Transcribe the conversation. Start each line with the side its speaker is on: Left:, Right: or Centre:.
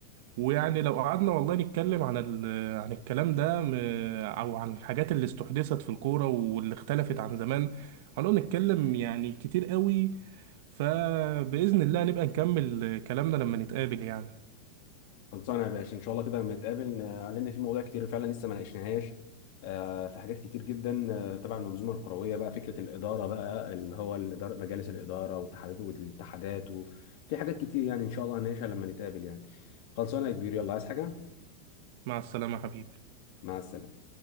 Right: ويعني لو قعدنا والله نتكلم عن ال... عن الكلام ده م... او عن الحاجات اللي استحدثت في الكورة واللي اختلفت عن زمان هنقعد نتكلم يعني كتير قوي فبإذن الله نبقى نكمل كلامنا لما نتقابل يعني
Left: خلصانه يا باشا ان شاء الله كده لما نتقابل ن- لان في مواضيع كتير فعلا لسه ما ناقشناهاش آه، في حاجات كتير جدا آه، تبع المنظومه الكرويه بقى فكره الاداره بقى اللي هو الاداره مجالس الاداره والاتحادات والاتحادات وفي حاجات كتير يعني ان شاء الله هنناقشها لما نتقابل يعني خلصانه يا كبير يلا عايز حاجه
Right: مع السلامة يا حبيبي
Left: مع السلامه